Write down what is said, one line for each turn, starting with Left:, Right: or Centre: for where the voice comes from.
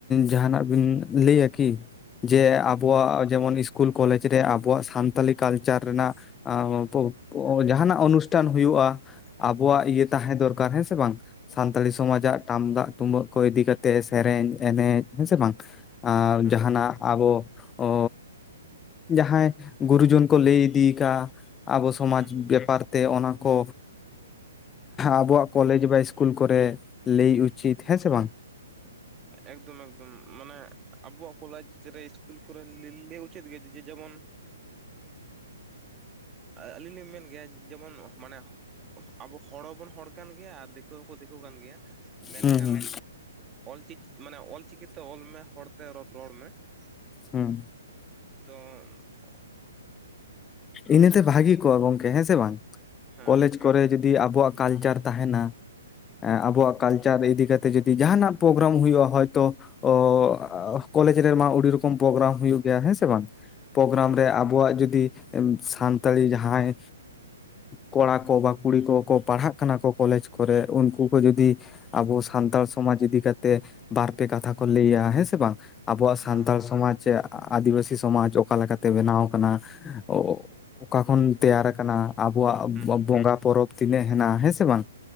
Left: ᱡᱟᱦᱟᱸᱱᱟᱜ ᱵᱤᱱ ᱞᱟᱹᱭᱟ ᱠᱤ? ᱡᱮ ᱟᱵᱚᱣᱟᱜ ᱡᱮᱢᱚᱱ ᱤᱥᱠᱩᱞ ᱠᱚᱞᱮᱡ ᱨᱮ ᱟᱵᱚᱣᱟᱜ ᱥᱟᱱᱛᱟᱞᱤ ᱠᱟᱞᱪᱟᱨ ᱨᱮᱱᱟᱜ <unintelligible> ᱡᱟᱦᱟᱱᱟᱜ ᱚᱱᱩᱥᱴᱷᱟᱱ ᱦᱩᱭᱩᱜ-ᱟ ᱟᱵᱚᱣᱟᱜ ᱤᱭᱟᱹ ᱛᱟᱦᱮᱸ ᱫᱚᱨᱠᱟᱨ ᱦᱮᱸ ᱥᱮ ᱵᱟᱝ? ᱥᱟᱱᱛᱟᱞᱤ ᱥᱚᱢᱟᱡᱟᱜ ᱴᱟᱢᱟᱜ ᱛᱩᱢᱟᱹᱜ ᱠᱚ ᱤᱫᱤ ᱠᱟᱛᱮᱜ ᱥᱮᱨᱮᱧ ᱮᱱᱮᱡ ᱦᱮᱸᱥᱮ ᱵᱟᱝ᱾ ᱟᱨ
Right: ᱦᱮᱸ
Left: ᱡᱟᱦᱟᱱᱟᱜ ᱟᱵᱚ ᱚ ᱡᱟᱦᱟᱸᱭ ᱜᱩᱨᱩᱡᱚᱱ ᱠᱚ ᱞᱟᱹᱭ ᱤᱫᱤ ᱠᱟᱜ-ᱟ ᱟᱵᱚ ᱥᱚᱢᱟᱡ
Right: ᱦᱮᱸ
Left: ᱵᱮᱯᱟᱨ ᱛᱮ ᱚᱱᱟ ᱠᱚ ᱟᱵᱚᱣᱟᱜ ᱠᱚᱞᱮᱡ ᱵᱟ ᱤᱥᱠᱩᱞ ᱠᱚᱨᱮ ᱞᱟᱹᱭ ᱩᱪᱤᱛ ᱦᱮᱸᱥᱮ ᱵᱟᱝ᱾
Right: ᱮᱠᱫᱚᱢ ᱮᱠᱫᱚᱢ ᱢᱟᱱᱮ ᱟᱵᱚᱣᱟᱜ ᱠᱚᱞᱮᱡ ᱨᱮ ᱤᱥᱠᱩᱞ ᱠᱚᱨᱮ ᱞᱟᱹᱭ <unintelligible> ᱩᱪᱤᱛ ᱜᱮ ᱡᱮᱢᱚᱱ ᱟᱹᱞᱤᱧ ᱞᱤᱧ ᱢᱮᱱᱜᱮᱭᱟ ᱡᱮᱢᱚᱱ ᱢᱟᱱᱮ ᱟᱵᱚ ᱦᱚᱲ ᱦᱚᱵᱚᱱ ᱦᱚᱲ ᱠᱟᱱ ᱜᱮᱭᱟ ᱟᱨ ᱫᱤᱠᱩ ᱦᱚᱸᱠᱚ ᱫᱤᱠᱩ ᱠᱟᱱ ᱜᱮᱭᱟ ᱢᱮᱱᱠᱷᱟᱱ
Left: ᱦᱩᱸ ᱦᱩᱸ
Right: ᱚᱞ ᱪᱤᱠᱤ ᱢᱟᱱᱮ ᱚᱞᱪᱤᱠᱤᱛᱮ ᱚᱞ ᱢᱮ ᱦᱚᱲᱛᱮ ᱨᱚᱲ ᱢᱮ᱾
Left: ᱦᱩᱸ
Right: ᱛᱚ
Left: ᱤᱱᱟᱹᱛᱮ ᱵᱷᱟᱜᱤ ᱠᱚᱜ-ᱟ ᱜᱚᱝᱠᱮ ᱦᱮᱸ ᱥᱮ ᱵᱟᱝ
Right: ᱦᱮᱸ
Left: ᱠᱚᱞᱮᱡ
Right: ᱦᱮᱸ
Left: ᱠᱚᱨᱮ ᱡᱩᱫᱤ ᱟᱵᱚᱣᱟᱜ ᱠᱟᱞᱪᱟᱨ ᱛᱟᱦᱮᱱᱟ ᱾ ᱟᱵᱚᱣᱟᱜ ᱠᱟᱞᱪᱟᱨ ᱤᱫᱤ ᱠᱟᱛᱮᱜ ᱡᱩᱫᱤ ᱡᱟᱦᱟᱱᱟᱜ ᱯᱨᱳᱜᱨᱟᱢ ᱦᱩᱭᱩᱜ-ᱟ ᱦᱚᱭᱛᱚ ᱚ ᱠᱚᱞᱮᱡ ᱨᱮᱢᱟ ᱟᱹᱰᱤ ᱨᱚᱠᱚᱢ ᱯᱨᱳᱜᱨᱟᱢ ᱦᱩᱭᱩᱜ ᱜᱮᱭᱟ ᱦᱮᱸ ᱥᱮ ᱵᱟᱝ? ᱯᱨᱳᱜᱨᱟᱢ
Right: ᱦᱮᱸ
Left: ᱨᱮ
Right: ᱦᱩᱭᱩᱜ
Left: ᱟᱵᱚᱣᱟᱜ ᱡᱩᱫᱤ ᱥᱟᱱᱛᱟᱲᱤ ᱡᱟᱦᱟᱸᱭ ᱠᱚᱲᱟ ᱠᱚ ᱵᱟ ᱠᱩᱲᱤ ᱠᱚᱠᱚ ᱯᱟᱲᱦᱟᱜ ᱠᱟᱱᱟ ᱠᱚ ᱠᱚᱞᱮᱡ ᱠᱚᱨᱮᱜ ᱩᱱᱠᱩ ᱠᱚ ᱡᱚᱫᱤ ᱟᱵᱚ ᱥᱟᱱᱛᱟᱲ ᱥᱚᱢᱟᱡ ᱤᱫᱤ ᱠᱟᱛᱮ ᱵᱟᱨᱯᱮ ᱠᱟᱛᱷᱟ ᱠᱩ ᱞᱟᱹᱭᱟ ᱦᱮᱸ ᱥᱮ ᱵᱟᱝ ᱾ ᱟᱵᱩᱣᱟᱜ
Right: ᱦᱮᱸ
Left: ᱥᱟᱱᱛᱟᱲ ᱥᱚᱢᱟᱡ ᱥᱮ ᱟᱫᱤᱵᱟᱥᱤ ᱥᱚᱢᱟᱡ ᱚᱠᱟ ᱞᱮᱠᱟᱛᱮ ᱵᱮᱱᱟᱣ ᱠᱟᱱᱟ ᱚᱸ ᱚᱠᱟ ᱠᱷᱚᱱ ᱛᱮᱭᱟᱨᱟ ᱟᱠᱟᱱᱟ ᱟᱵᱩᱣᱟᱜ
Right: ᱦᱩᱸ
Left: ᱵᱚᱸ ᱵᱚᱸᱜᱟ ᱯᱚᱨᱚᱵ ᱛᱤᱱᱟᱹᱜ ᱦᱮᱱᱟᱜ-ᱟ ᱦᱮᱸᱥᱮ ᱵᱟᱝ᱾